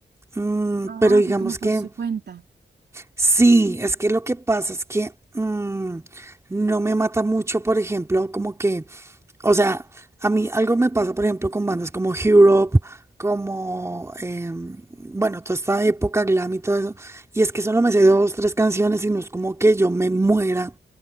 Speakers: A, on the right; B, on the right.
A: Mm,
B: Ah,
A: pero digamos
B: ok, como
A: que.
B: por su cuenta.
A: Sí, es que lo que pasa es que mm, no me mata mucho, por ejemplo, como que, o sea, a mí algo me pasa, por ejemplo, con bandas como Europe, como, em, bueno, toda esta época glam y todo eso, y es que solo me sé dos, tres canciones y no es como que yo me muera